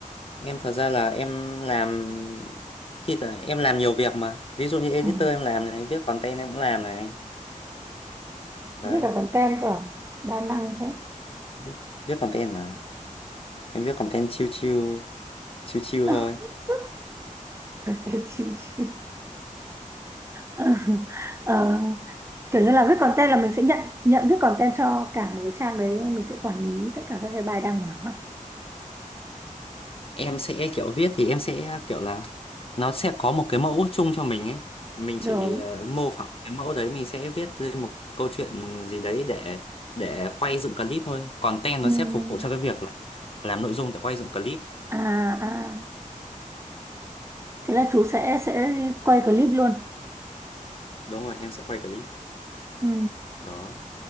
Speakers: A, on the left; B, on the right.
A: em thật ra là em làm thì là em làm nhiều việc mà ví dụ như editor
B: Ừ.
A: em làm này viết content em cũng làm này đấy
B: Viết cả content cơ à? Đa năng thế.
A: viết, viết content mà em viết content chill chill chill chill
B: <laughs>
A: thôi
B: Content chịu chịu. <laughs> Ờ, kiểu như là viết content là mình sẽ nhận nhận viết content cho cả một cái trang đấy đúng không? Mình sẽ quản lý tất cả các cái bài đăng của nó à?
A: em sẽ kiểu viết thì em sẽ kiểu là nó sẽ có một cái mẫu chung cho mình ấy mình chỉ
B: Rồi.
A: ờ, mô phỏng cái mẫu đấy mình sẽ viết lên một câu chuyện gì đấy để để quay dựng clip thôi content
B: Ừm.
A: nó sẽ phục vụ cho cái việc là làm nội dung để quay dựng clip
B: À, à. Thế là chú sẽ sẽ quay clip luôn.
A: đúng rồi em sẽ quay clip
B: Ừ.
A: đó